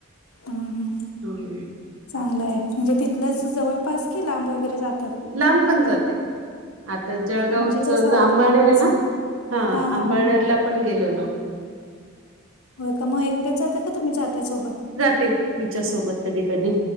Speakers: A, on the left (about 90°); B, on the right (about 65°).
A: ह हां
B: हम्
A: चांगला आहे म्हणजे तिथलंच जवळपास की लांब वगैरे जातात
B: लांब पण जाते आता जळगावच
A: म्हणजे जसं ऑर्डर
B: आंबाळनेर
A: येईल तसं
B: आहे ना हा
A: हां हां
B: आंबाळनेरला पण गेलेलो
A: हो का मग एकट्याच जातय का तुम्ही जाताय सोबत
B: प्रे तिच्या सोबत कधी कधी